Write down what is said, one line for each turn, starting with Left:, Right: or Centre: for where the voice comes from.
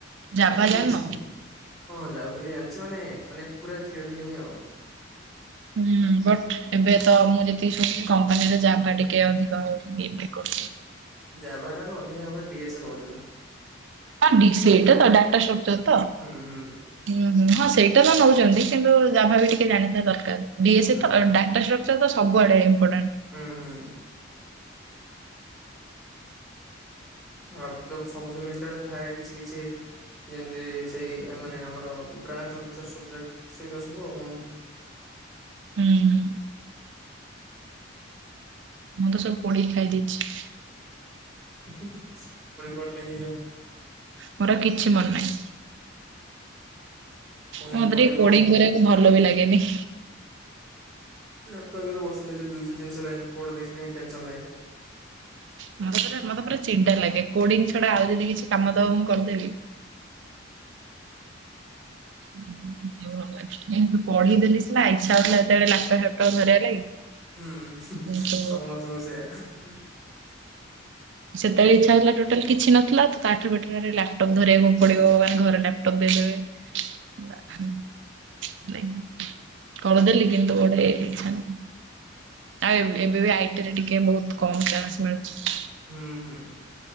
Right: ଜାଭା
Centre: ଏଇତ
Right: ଜାଣିନ?
Centre: ଇଚ୍ଛା ହଁ ଜାଭା ବି ଜାଣିଚି ମାନେ ମାନେ ପୁରା କ୍ଲିୟର୍ ହେଇନି ଆଉ।
Right: ହୁଁ ବଟ୍ ଏବେ ତ ମୁଁ ଯେତିକି ଶୁଣିଚି କମ୍ପାନୀରେ ଜାଭା ଟିକେ ଅଧିକ ଆଉ ଇଏ ଦେଖୁ
Centre: ଜାଭା ଠାରୁ ଅଧିକା ଏବେ ଡି ଏସ୍ ଏ ନୋଉଚନ୍।
Right: ହଁ ଡି ସେଇଟା ତ ଡାଟା ଷ୍ଟ୍ରୋକ୍ଚର ତ?
Centre: ହୁଁ, ହୁଁ।
Right: ହୁଁ, ହୁଁ, ହଁ ସେଇଟା ତ ନଉଚନ୍ତି। କିନ୍ତୁ ଜାଭା ବି ଟିକେ ଜାଣିଥିବା ଦରକାର। ଡି ଏସ୍ଏ
Centre: ହୁଁ
Right: ତ ଅ, ଡା ଟା ଷ୍ଟ୍ରୋକ୍ଚର୍ ସବୁଆଡେ ଇମ୍ପୋଟାଣ୍ଟ।
Centre: ହୁଁ, ହୁଁ। ଆଉ ତ ତ ସବୁ ସେମିଷ୍ଟାରେ ଥାଏ କିଛି କିଛି। ଯେମିତି ସେଇ ଆ, ମାନେ ଆମର ବ୍ରାଞ୍ଚ ଅନୁସାରେ ସବଜେକ୍ଟ ସେଗୁରା ସବୁ ଆଉ।
Right: ହୁଁ ହୁଁ। ମୁଁ ତ ସବୁ ପୋଡିକି ଖାଇ ଦେଇଛି।
Centre: ପୁଣି ପଢ଼ିଲେ ହେଇଯିବ।
Right: ମୋର ଆଉ କିଛି ମନେ ନାହିଁ।
Centre: ପୁଣି
Right: ମତେ
Centre: ପଢିବ
Right: ଟିକେ କୋଡିଙ୍ଗ କରିବାକୁ ଭଲ ବି ଲାଗେନି।
Centre: ଲାପଟପ୍ ଆଗରେ ବସିଲେ ଯେ ଦୁଇଶହ ତିନିଶହ ଲାଇନ କୋଡ଼ ଦେଖିଲେ ଯାଇଁ ଟେନସନ ଲାଗେ।
Right: ମତେ ପୁରା ମତେ ପୁରା ଚିଡ଼ା ଲାଗେ। କୋଡିଂ ଛଡା ଆଉ ଯଦି କିଛି କାମ ଦବ ମୁଁ କରିଦେବି ନାଇଁ ମତେ ଟିକେ ଭଲ ଲାଗେ। ପଢେଇ ଦେଲି ସିନା ଇଚ୍ଛା ହଉଥିଲା ହେତେବେଳେ ଲାପଟପ ଫ୍ୟାପଟପ ଧରିବା ଲାଗି
Centre: ହୁଁ
Right: କିନ୍ତୁ
Centre: ସମସ୍ତଙ୍କୁ ସେଇଆ।
Right: ସେତେଳେ ଇଚ୍ଛା ହଉଥିଲା ଟୋଟାଲି କିଛି ନଥିଲା, ତ ତାଠାରୁ ବେଟର ଆରେ ଲାପଟପ ଧରିବାକୁ ପଡିବ, ମାନେ ଘରେ ଲାପଟପ୍ ଦେଇଦେବେ କରିଦେଲି କିନ୍ତୁ ଗୋଟେ ଇଚ୍ଛା ନଥିଲା।
Centre: ହ <unintelligible>
Right: ଆଉ ଏବ-ଏବେ ବି ଆଇ ଟି ରେ ଟିକେ ବହୁତ କମ ଚାନ୍ସ ମିଳୁଛି।
Centre: ହୁଁ ହୁଁ।